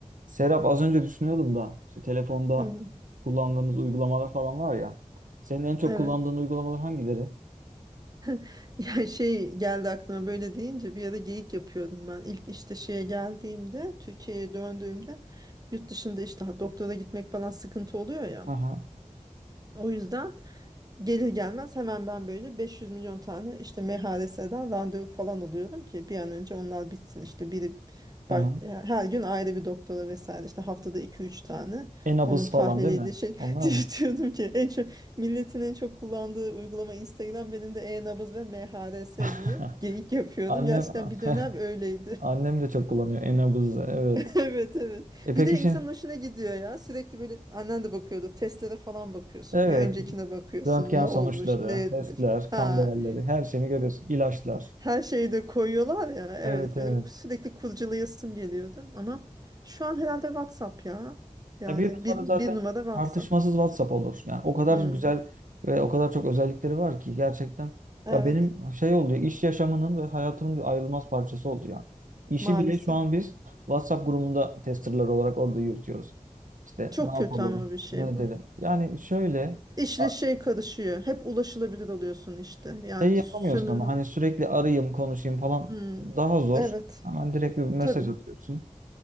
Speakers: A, on the right; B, on the right.
A: Serap az önce düşünüyordum da işte telefonda
B: Hı hı,
A: kullandığımız uygulamalar falan var ya. Senin en çok
B: Evet.
A: kullandığın uygulamalar hangileri?
B: <laughs> Yani şey geldi aklıma böyle deyince bir ara geyik yapıyordum ben. İlk işte şeye geldiğimde Türkiye'ye döndüğümde yurt dışında işte ha, doktora gitmek falan sıkıntı oluyor ya.
A: Aha,
B: O yüzden Gelir gelmez hemen ben böyle 500 milyon tane işte MHRS'den randevu falan alıyorum ki bir an önce onlar bitsin. İşte biri
A: aha.
B: ba- her gün ayrı bir doktora vesaire işte haftada iki üç tane
A: Enabuz
B: onun tahliliydi
A: falan değil mi?
B: şey
A: Onlar
B: <laughs> diye
A: mı?
B: diyordum ki en çok milletin en çok kullandığı uygulama Instagram benim de e-nabız ve MHRS
A: <laughs>
B: diye geyik yapıyordum.
A: Annem
B: Gerçekten
A: <laughs>
B: bir dönem öyleydi.
A: annem de çok kullanıyor Enabuz'u evet.
B: Evet evet.
A: E peki
B: Bir de
A: şimdi
B: insanın hoşuna gidiyor ya. Sürekli böyle annen de bakıyordu. Testlere falan bakıyorsun.
A: evet
B: Bir öncekine bakıyorsun.
A: röntgen
B: Ne olmuş,
A: sonuçları,
B: ne etmiş.
A: testler,
B: Ha,
A: kan değerleri her şeyini görüyorsun. İlaçlar.
B: her şeyi de koyuyorlar ya. Evet,
A: Evet evet.
B: benim sürekli kurcalayasım geliyordu. Ama şu an herhalde WhatsApp ya. Yani
A: Ya bir numara
B: bir, bir
A: zaten
B: numara WhatsApp.
A: tartışmasız WhatsApp olur. Yani o kadar
B: Hmm,
A: güzel ve o kadar çok özellikleri var ki gerçekten
B: Evet,
A: ya benim şey oldu ya iş yaşamının ve hayatımın bir ayrılmaz parçası oldu ya. İşi
B: maalesef.
A: bile şu an biz WhatsApp grubunda testerlar olarak orada yürütüyoruz. İşte
B: Çok
A: ne
B: kötü
A: yapalım,
B: ama bir şey
A: ne edelim.
B: bu.
A: Yani şöyle
B: İşle
A: a-
B: şey karışıyor. Hep ulaşılabilir oluyorsun işte. Yani
A: şey yapamıyorsun
B: sömür...
A: ama hani sürekli arayayım, konuşayım falan
B: Hmm,
A: daha zor.
B: Evet,
A: Hemen direkt bir mesaj
B: tabii.
A: atıyorsun.